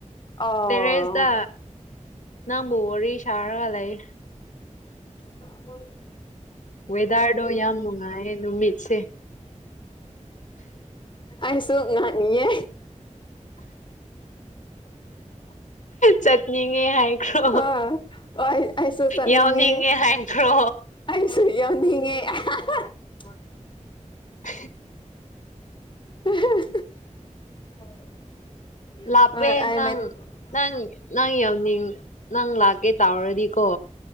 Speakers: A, on the left; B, on the left.
A: ꯑꯣ
B: ꯇꯦꯔꯦꯁꯇ ꯅꯕꯨ ꯋꯥꯔꯤꯔꯤ ꯁꯔꯒ ꯂꯩꯦ
A: ꯍ ꯃꯣꯏ
B: ꯋꯦꯗꯥꯔꯗꯣ ꯌꯥꯝ ꯅꯨꯡꯉꯥꯏꯌꯦ ꯅꯨꯃꯤꯠꯁꯦ
A: ꯑꯩꯁꯨ ꯉꯥꯡꯅꯤꯡꯌꯦ
B: ꯆꯠꯅꯤꯡꯉꯦ ꯍꯥꯏꯈ꯭ꯔꯣ
A: ꯑꯥ ꯍꯣꯏ ꯑꯩꯁꯨ ꯆꯠꯅꯤꯡꯉꯦ
B: ꯌꯥꯎꯅꯤꯡꯉꯦ ꯍꯥꯏꯈ꯭ꯔꯣ
A: ꯑꯩꯁꯨ ꯌꯥꯎꯅꯤꯡꯉꯦ <unintelligible>
B: <unintelligible>
A: <unintelligible>
B: ꯂꯥꯞꯄꯦ
A: ꯍꯣꯏ ꯑꯩ
B: ꯅꯪ
A: ꯍꯣꯏ
B: ꯅꯪ ꯅꯪ ꯌꯧꯅꯤꯡ ꯅꯪ ꯂꯥꯛꯀꯦ ꯇꯥꯎꯔꯗꯤꯀꯣ